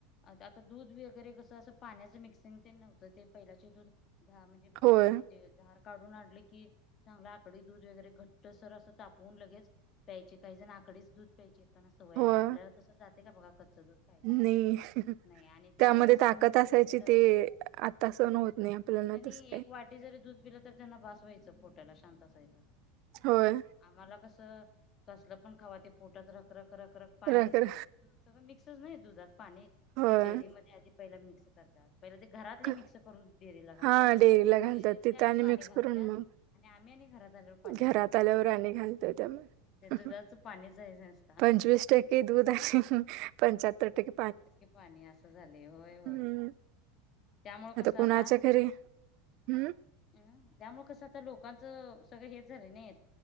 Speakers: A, on the left (about 35°); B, on the right (about 55°).
A: आता दूध वगैरे कसं अस <inaudible> पाण्याच मिक्सिंग ते नव्हतं ते पहिलाचे दू म्हणजे
B: होय
A: जे <inaudible> काढून आणले की चांगला आकडी दूध वगैरे घट्ट सर असं तापवून लगेच ्यायचे काही जण आकडेच दूध प्यायचे काना सवय
B: होय
A: आपल्याला तसं जाते का बघा
B: <inaudible>
A: <inaudible> खायचं
B: नाही
A: नाही आणि ते
B: त्यामध्ये
A: आम्हाला सगळं
B: ताकद
A: मिक्स
B: असायची
A: केलेलं
B: ते आता स न होत
A: <inaudible>
B: नाही आपल्याला
A: त्यांनी
B: तसं काय
A: एक वाटी जरी दूध पिलं तरी त्यांना भासवायचं पोट टला शांत असायच
B: होय
A: आम्हाला कस कसल पण खावा ते पोटात रखरख <inaudible> क करक पाणी
B: राखर
A: सगळं मिक्सच नाही दुधात पाणी
B: होय
A: ते डेअरी मध्ये आधी पहिला मिक्स <inaudible> पहिले ते घरातले
B: क-
A: मिक्स करून रीला घालतात
B: हा डेअरीला घालतात
A: <inaudible> <inaudible> डेअरीतले
B: तिथं
A: आणि पाणी
B: मिक्स
A: घालतात
B: करून मग
A: आणि आम्ही आणि घरात
B: <inaudible>
A: आल्यावर पाणी
B: घरात
A: घालायचं
B: आल्यावर
A: म्हणजे
B: राणी
A: झालं
B: घालतोय
A: की
B: त्यामुळे
A: ते दुधाचं
B: <inaudible>
A: पाणीच आहे नसता
B: पंचवीस टके दूध पंचातर टके
A: <inaudible> नक्की पाणी असं झालंय होय होय
B: हम्म
A: <inaudible> त्यामुळे कसं
B: कुणाच्या
A: आता
B: घरी हम्म
A: अम त्यामुळे कसं आता लोकांच <inaudible> सग हे झा नाही